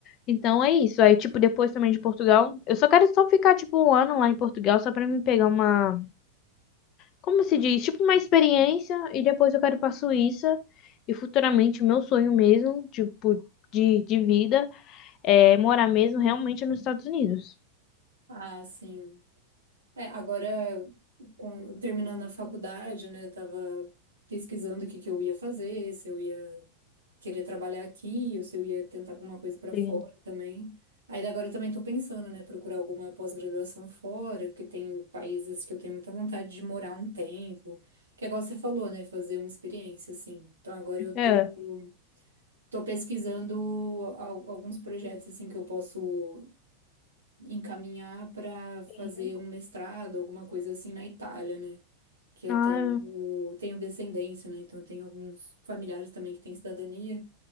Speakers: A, on the left (about 35°); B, on the right (about 70°).
A: Então é isso. Aí, tipo, depois também de Portugal, eu só quero só ficar, tipo, um ano lá em Portugal, só pra me pegar uma, como se diz, tipo, uma experiência. E depois eu quero ir pra Suíça. E futuramente, o meu sonho mesmo, tipo, de, de vida, é morar mesmo realmente nos Estados Unidos.
B: Ah, sim. É, agora, com- terminando a faculdade, né, tava pesquisando o que que eu ia fazer, se eu ia querer trabalhar aqui, ou se eu ia tentar alguma coisa para fora
A: Sim.
B: também. Aí agora eu também tô pensando, né, procurar alguma pós-graduação fora, porque tem países que eu tenho muita vontade de morar um tempo, que é igual você falou, né, fazer uma experiência, assim. Então agora eu
A: É.
B: tô Tô pesquisando al- alguns projetos assim que eu posso encaminhar para fazer
A: Sim.
B: um mestrado, alguma coisa assim na Itália, né? Que eu
A: Ah,
B: tenho, tenho descendência, né? Então eu tenho alguns familiares também que têm cidadania.